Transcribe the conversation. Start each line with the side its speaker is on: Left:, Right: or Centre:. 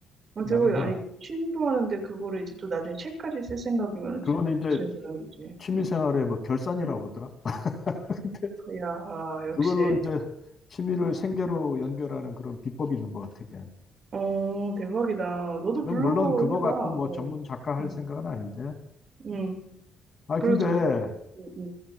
Right: 아
Left: 나는
Right: 대박이다.
Left: 그냥
Right: 아니, 취미로 하는데 그거를 이제 또 나중에 책까지 쓸 생각이면
Left: 그거는
Right: 진짜,
Left: 이제
Right: 진짜 대단한 거지.
Left: 취미
Right: 응.
Left: 생활의 뭐 결산이라고 그러더라. <laughs> 근데
Right: 야, 역시.
Left: 그걸로 이제 취미를
Right: 응,
Left: 생계로 연결하는 그런 비법이 있는 것 같아. 걔.
Right: 어, 대박이다. 너도
Left: 물론
Right: 블로그
Left: 그거
Right: 해봐.
Left: 갖고 뭐
Right: 어,
Left: 전문 작가 할
Right: 음.
Left: 생각은 아닌데.
Right: 응. 응.
Left: 아
Right: 그래도,
Left: 근데
Right: 응, 응.